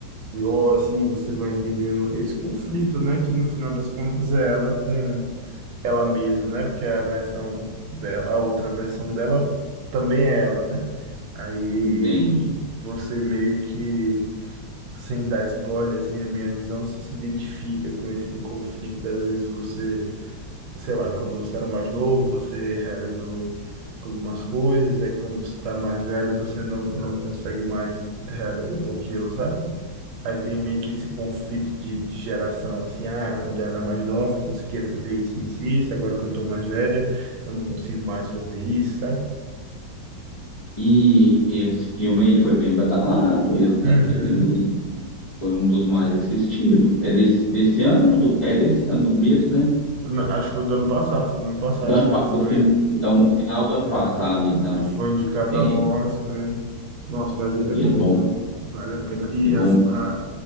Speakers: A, on the right; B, on the left.
A: pior, assim, você vai entendendo esse conflito, né? Que no final das contas é ela com ela mesma, né? Porque a versão dela, a outra versão dela também é ela, né? Aí
B: entende?
A: você meio que, sem dar spoiler, assim, a minha visão, você se identifica com esse conflito. Às vezes você, sei lá, quando você era mais novo, você realizou algumas coisas, aí quando você está mais velho, você não, não consegue mais realizar aquilo, sabe? Aí tem meio que esse conflito de, de geração, assim, ah, quando eu era mais nova, eu conseguia fazer isso, isso, isso, agora que eu tô mais velha, eu não consigo mais fazer isso, sabe?
B: E esse filme aí foi bem badalado, ele, tá-
A: Uhum.
B: ele foi um dos mais assistidos. É desse, desse ano, do, é desse ano, do começo, né?
A: na- acho que foi do ano passado, foi do ano passado
B: Do ano,
A: que
B: pa-
A: ele foi,
B: do, fin- então, no final do ano
A: é,
B: passado, então,
A: ele foi indicado
B: é,
A: ao Oscar. né? Nossa, mas ele
B: ele
A: é bom,
B: bom,
A: viu? Vale a pena. E
B: ele bom.
A: a, a,